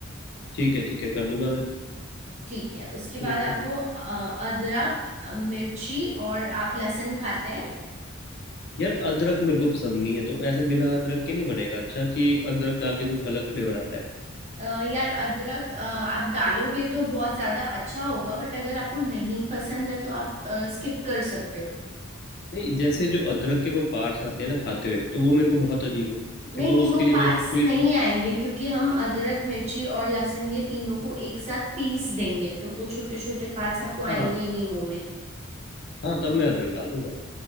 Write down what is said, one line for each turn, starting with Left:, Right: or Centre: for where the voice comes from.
Left: ठीक है ठीक है कर दूंगा मैं
Right: ठीक है उसके
Left: फिर
Right: बाद
Left: उसके
Right: आपको
Left: बाद
Right: अ, अदरक अ, मिर्ची और आप लहसुन खाते हैं
Left: यार अदरक मेरे को पसंद नहीं है तो ऐसे बिना अदरक के नहीं बनेगा अच्छा कि अदरक डाल के कुछ अलग फ्लेवर आता है
Right: अ, यार अदरक अ, आप डालोगे तो बहुत ज्यादा अच्छा होगा बट अगर आपको नहीं पसंद है तो आप स्किप कर सकते हो
Left: नहीं जैसे जो अदरक के वो पार्ट्स आते हैं ना खाते हुए तो वो मेरे को बहुत अजीब लगते
Right: नहीं
Left: हैं तो
Right: नहीं
Left: उसके
Right: वो
Left: लिए
Right: पार्ट्स
Left: कुछ कोई
Right: नहीं आएंगे क्योंकि हम अदरक मिर्ची और लहसुन ये तीनों को एक साथ पीस देंगे तो वो छोटे छोटे पार्ट्स आपको आएंगे
Left: हाँ
Right: ही नहीं मुंह में
Left: हाँ तब मैं अदरक डाल दूंगा